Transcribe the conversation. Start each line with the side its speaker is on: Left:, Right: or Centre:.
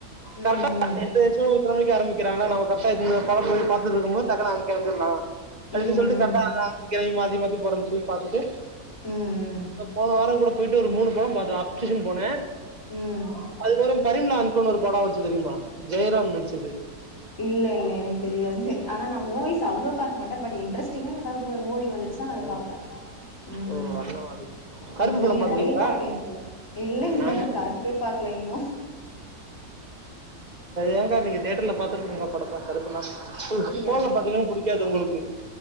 Left: ம் ம்
Right: கரெக்டா எந்த ஷோ எத்தன மணிக்கு ஆரம்பிக்கிறாங்களோ நம்ம கரெட்டா இந்த படம் போய் பார்த்திட்டுருக்குபோ டக்குன்னு அங் எழுந்தர்லா சொல்ட்டு
Left: ம் ம்
Right: சொல்ட்டு கரெட்டா <unintelligible> மாத்தி மாத்தி போறது சொல்லி பாத்துட்டு
Left: ம்
Right: போன வாரம் கூட போயிட்டு ஒரு மூணு படம் பாத்து அப்ஷேஷன் போன
Left: ம் ம்
Right: அதுக்கப்புரோ பரிம்லா அன்கோன்னு ஒரு படம் வச்சு தெரியுமா ஜெயராம் நடிச்சது
Left: இல்ல இல்ல எனக்கு தெரியாது ஆன நா மூவிஸ் அவ்ளோ பாக்க மாட்ட பட் இன்ட்ரெஸ்ட் சின்னதா ஏதாவது ஒரு மூவி வந்துச்சுன்னா அத
Right: ஓ
Left: பாப்பே ம்
Right: ஓ அண்ணா மாதிரி கருப்பு
Left: ம் நீங்க
Right: படம் பாத்துறீங்களா
Left: நெறைய பாப்பீங்க போல இல்ல இல்லன்னா
Right: நாங்க
Left: கருப் போ பாக்கல இன்னு
Right: ஏன்கா நீங்க தியேட்டர்ல பாத்துருக்கணுங்கா படத்த கருப்புலா
Left: அப்டியா
Right: போன்ல பாத்தீங்கன்னு புடிக்காது உங்களுக்கு